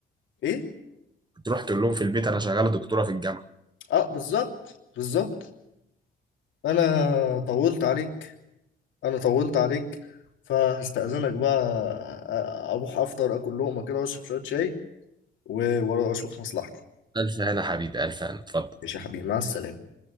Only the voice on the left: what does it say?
ايه
اه بالظبط بالظبط انا طولت عليك انا طولت عليك فهستأذنك بقى أ- اروح افطر اكل لقمه كده واشرب شويه شاي و- واشوف مصلحتي
ماشي يا حبيبي مع السلامه